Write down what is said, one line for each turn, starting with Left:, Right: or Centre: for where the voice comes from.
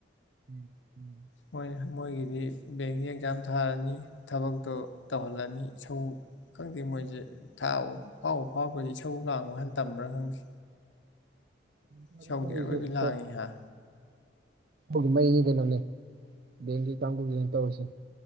Right: ꯎꯝ ꯎꯝ
Left: ꯃꯣꯏ ꯃꯣꯏꯒꯤꯗꯤ ꯕꯦꯡꯒꯤ ꯑꯦꯛꯖꯥꯝ ꯊꯥꯔꯅꯤ ꯊꯕꯛꯇꯣ ꯇꯧꯍꯜꯂꯅꯤ ꯏꯁꯧ__ ꯈꯪꯗꯦ ꯃꯣꯏꯁꯦ ꯊꯥꯕꯨ ꯐꯥꯎꯕꯨ ꯐꯥꯎꯒ꯭ꯔꯗꯤ ꯏꯁꯧ ꯂꯥꯡꯕ ꯍꯥꯟꯅ ꯇꯝꯕ꯭ꯔꯥ ꯈꯪꯗꯦ
Right: <unintelligible>
Left: ꯏꯁꯧꯗꯤ ꯑꯔꯣꯏꯕꯤ ꯂꯥꯡꯉꯤ ꯍꯥ
Right: ꯏꯁꯧꯗꯤ ꯃꯩꯅꯤ ꯀꯩꯅꯣꯅꯦ ꯕꯦꯡꯒꯤ ꯀꯥꯡꯕꯨꯁꯤꯅ ꯇꯧꯔꯤꯁꯦ